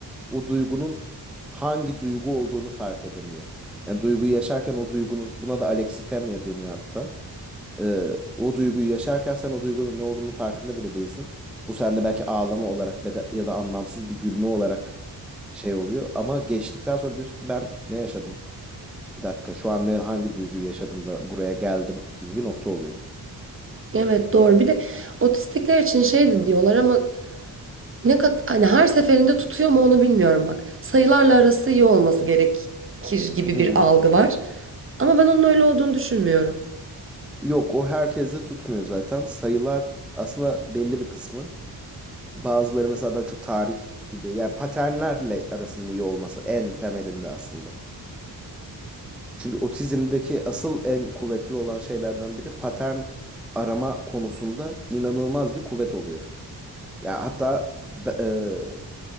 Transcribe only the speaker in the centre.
o duygunun hangi duygu olduğunu fark edemiyor. Yani duyguyu yaşarken o duygunun, buna da alexitemya deniyor hatta. Ee, o duyguyu yaşarken sen o duygunun ne olduğunu farkında bile değilsin. Bu sende belki ağlama olarak ya da, ya da anlamsız bir gülme olarak şey oluyor. Ama geçtikten sonra diyorsun ki ben ne yaşadım? Bir dakika şu an ne, hangi duyguyu yaşadım da buraya geldim gibi bir nokta oluyor.
Hı
hı.
Yok o herkeste tutmuyor zaten. Sayılar aslında belli bir kısmı. Bazıları mesela daha çok tarih gibi. Yani paternlerle arasının iyi olması en temelinde aslında. Çünkü otizmdeki asıl en kuvvetli olan şeylerden biri patern arama konusunda inanılmaz bir kuvvet oluyor. Yani hatta be- eee,